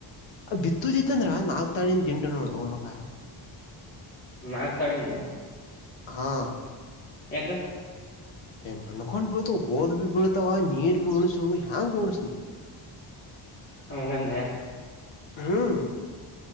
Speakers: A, on the left (about 75°); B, on the left (about 30°).
A: ಅ ಬಿತ್ತುದಿತ್ತಂದ್ರ ನಾಗ್ ತಾಣನ್ ದಿಂಡು ನೋಡೊ ಮಗ.
B: ನಾಕ್ ತಾಳೆಂದು.
A: ಹಾ
B: ಯಾಕ
A: ಏ ಮಣಕೊಂಡ್ ಬೀಳ್ತವ ಬೋದ ಭ ಬೀಳ್ತಾವ ನೀರ್ ಭೀ ಮುಣಸು ಹೆಂಗ ಭೀ ಮುಣಸನಿ
B: ಹೋ ಬಂದ್ಯಾ
A: ಹ್ಮ್